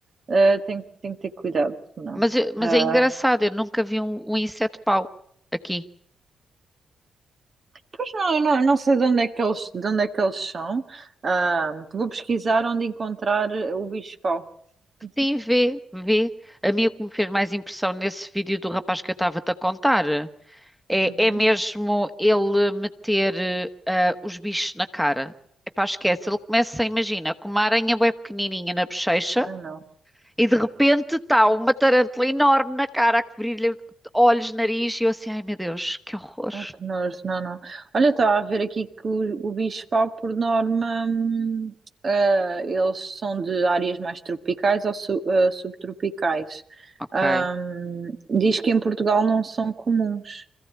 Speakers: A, on the right (about 45°); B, in the centre.
A: eh, tem, que- tem que ter cuidado, não.
B: Mas, eu- mas
A: Ah,
B: é engraçado, eu nunca vi um, um inseto-pau aqui.
A: pois não, eu não, eu não sei de onde é que eles, de onde é que eles são. Ah, vou pesquisar onde encontrar o bicho-pau. <laughs>
B: Sim, vê, vê. A mim o que me fez mais impressão nesse vídeo do rapaz que eu estava-te a contar é,
A: Uhum.
B: é mesmo ele meter eh, ah, os bichos na cara. Epá, esquece, ele começa, imagina, com uma aranha bué pequenininha na bochecha
A: Ai, não.
B: e de repente está uma tarântula enorme na cara a cobrir-lhe olhos, nariz e eu assim, ai meu Deus, que horror.
A: Ai, que nojo, não, não. Olha, estava a ver aqui que o, o bicho-pau, por norma, hum, ah, eles são de áreas mais tropicais ou su- ah, subtropicais.
B: Ok,
A: Ahm, diz que em Portugal não são comuns.